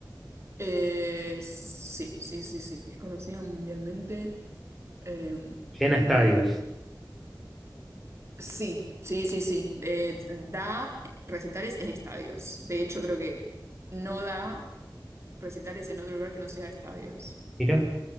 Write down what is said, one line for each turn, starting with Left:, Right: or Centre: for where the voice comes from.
Right: eh, sí, sí, sí, sí, es conocida mundialmente. Eh,
Centre: Llena estadios.
Right: sí, sí, sí, sí. Eh, da recitales en estadios. De hecho, creo que no da recitales en otro lugar que no sea estadios.
Centre: Mirá.